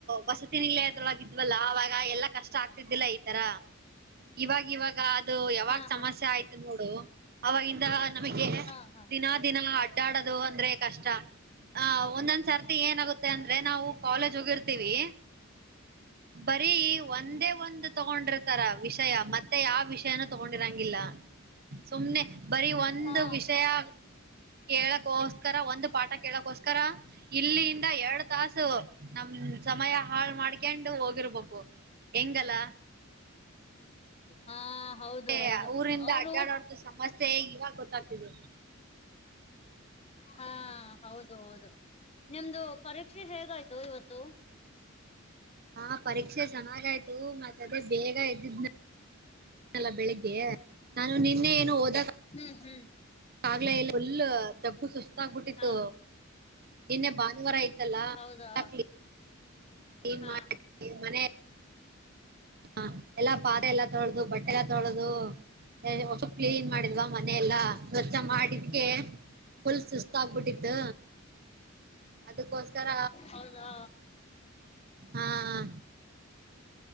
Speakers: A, on the right; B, on the left.
A: ವಸತಿ ನಿಲಯದೊಳಗೆ ಇದ್ವಲ್ಲ ಅವಾಗ ಎಲ್ಲಾ ಕಷ್ಟ ಆಗ್ತಿದ್ದಿಲ್ಲ ಈ ತರ. ಇವ ಇವಾಗ ಅದು ಯಾವಾಗ.
B: ಹಾ
A: ಸಮಸ್ಯೆ
B: ಹಾ
A: ಆಯ್ತು ನೋಡು ಅವಾಗಿಂದ ನಮಗೆ
B: ಹಾ ಹಾ
A: ದಿನ ದಿನ. ಅಡಾಡದು ಅಂದ್ರೆ ಕಷ್ಟ. ಹ ಒಂದೊಂದ್ ಸರ್ತಿ ಏನಾಗುತ್ತೆ ಅಂದ್ರೆ ನಾವು ಕಾಲೇಜ್ ಹೋಗಿರ್ತೀವಿ. ಬರೀ ಒಂದೇ ಒಂದ್ ತಗೊಂಡಿರ್ತಾರ ವಿಷಯ ಮತ್ತೆ ಯಾವ ವಿಷಯನ ತಗೊಂಡ. ರಂಗಿಲ್ಲ ಸುಮ್ನೆ ಬರಿೀ ಒಂದು
B: ಹಾ
A: ವಿಷಯ. ಕೇಳಕೋಸ್ಕರ ಒಂದು್ ಪಾಠ ಕೇಳಕ್ಕೋಸ್ಕರ ಇಲ್ಲಿಂದ ಎರಡು ತಾಸು. ನಮ ಸಮಯ ಹಾಳ್ ಮಾಡ್ಕೊಂಡು ಹೋಗಿರ್ಬೇಕು ಹೆಂಗಲ್ಲ.
B: ಹಾ ಹೌದು
A: ಏ
B: ಹೌದು
A: ಊರಿಂದ
B: ಅವರು.
A: ಅಡ್ಡಾಡೋರ್ದು ಸಮಸ್ಯೆ ಇವಾಗ ಗೊತ್ತಾಗ್ತಿದೆ.
B: ಹಾ ಹೌದು ಹೌದು. ನಿಮ್ದು ಪರೀಕ್ಷೆ ಹೇಗಾಯ್ತು ಇವತ್ತು.
A: ಹಾ ಪರೀಕ್ಷೆ ಚೆನ್ನಾಗ ಆಯ್ತು ಮತ್ತ ಅದೇ ಬೇಗ ಎದ್ದಿದ್ನ ಲ್ಲ ಬೆಳಿಗ್ಗೆ ನಾನು ನಿನ್ನೆ ಏನು ಹೋದಾ
B: ಹ್ಮ್ ಹ್ಮ್.
A: ಹಾಗ್ಲೇ ಎಲ್ ಫುಲ್ ದಬ್ಬು ಸುಸ್ತ ತ್ತ ಆಬಿಟ್ಟಿತ್ತು
B: ಹಾ
A: ನಿನ್ನೆ ಭಾನುವಾರ ಐತಲ್ಲ
B: ಹೌದಾ
A: ಹಾಕ್ಲಿ. ಕ್ಲಿನ್
B: ಹಾ
A: <unintelligible> ಮನೇ. ಹ ಎಲ್ಲಾ ಪಾತ್ರೆ ಎಲ್ಲಾ ತೊಳೆದು ಬಟ್ಟೆ ಎಲ್ಲ ತೊಳೆದು. <unintelligible> ಕ್ಲೀನ್ ಮಾಡಿದ್ವಾ ಮನೆ ಎಲ್ಲಾ ಸ್ವಚ್ಛ ಮಾಡಿದ್ಕೆ ಫುಲ್ ಸುಸ್ತ ಆಗ್ಬಿಟ್ಟಿದ್ ದ ಅದಕ್ಕೋಸ್ಕರ.
B: ಹೌದಾ
A: ಹಾ ಹಾ.